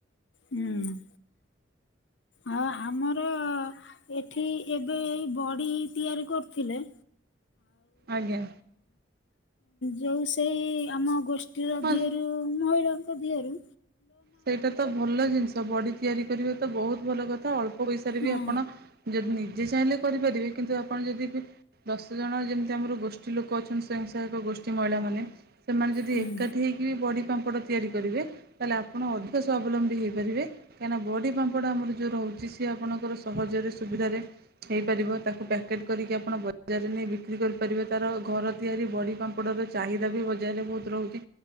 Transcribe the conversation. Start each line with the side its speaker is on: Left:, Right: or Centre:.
Left: ହୁଁ। ଆଉ ଆମର ଏଠି ଏବେ ଏଇ ବଡି ତିଆରି କରିୁଥିଲେ
Right: ଆଜ୍ଞା।
Left: ଯୋଉ ସେଇ ଆମ ଗୋଷ୍ଠୀର
Right: ହଁ
Left: ଦିଅରୁ ମହିଳାଙ୍କ ଦିଅରୁ
Right: ସେଇଟା ତ ଭଲ ଜିନିଷ ବଡ଼ି ତିଆରି କରିବା ତ ବହୁତ ଭଲ କଥା ଅଳ୍ପ ପଇସାରେ
Left: ହଁ
Right: ବି ଆପଣ ଯଦି ନିଜେ ଚାହିଁଲେ କରିପାରିବେ କିନ୍ତୁ ଆପଣ ଯଦି ଦଶ ଜଣ ଯେମିତି ଆମର ଗୋଷ୍ଠୀ ଲୋକ ଅଛନ୍ତି ସ୍ଵୟଂସହାୟକ ଗୋଷ୍ଠୀ ମହିଳାମାନେ ସେମାନେ ଯଦି
Left: ହୁଁ
Right: ଏକାଠି ହୋଇକି ବି ବଡ଼ି ପାମ୍ପଡ଼ ତିଆରି କରିବେ ତାହେଲେ ଆ ଆପଣ ଅଧିକ ସ୍ୱାବଲମ୍ବୀ ହୋଇଇପାରିବେ କାହିଁକିନା ବଡ଼ି ପାମ୍ପଡ ଆମର ଯେଉ ରହୁଛି ସିଏ ଆପଣଙ୍କର ସହଜରେ ସୁବିଧାରେ ହେଇପାରିବ ତାକୁ ପ୍ୟାକେଟ୍ କରିକି ଆପଣ ବଜାରରେ ନେଇ ବିକ୍ରି କରିପାରିବେ, ତାର ଘର ତିଆରି ବଡ଼ି ପାମ୍ପଡ଼ର ଚାହିଦା ବି ବଜାରରେ ବହୁତ ରହୁଛି